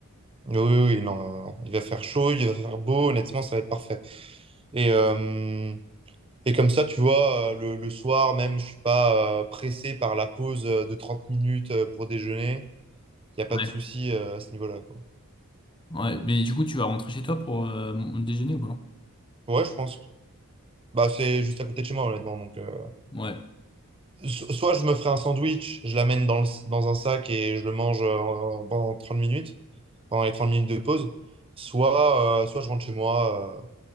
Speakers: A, on the right (about 25°); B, on the left (about 20°).
A: Oui, oui, oui, non, non, non. Il va faire chaud, il va faire beau, honnêtement, ça va être parfait. Et, euh, et comme ça, tu vois, euh, le, le soir même, je suis pas euh, pressé par la pause euh, de 30 minutes euh, pour déjeuner. Il n'y a pas
B: Ouais.
A: de souci euh, à ce niveau-là, quoi.
B: Ouais, mais du coup, tu vas rentrer chez toi pour euh, mon- déjeuner ou quoi?
A: Ouais, je pense. Bah, c'est juste à côté de chez moi, honnêtement. Donc, euh,
B: Ouais,
A: so- soit je me ferai un sandwich, je l'amène dans le, s- dans un sac et je le mange euh, en- pendant 30 minutes, pendant les 30 minutes de pause. Soit, euh, soit je rentre chez moi, euh,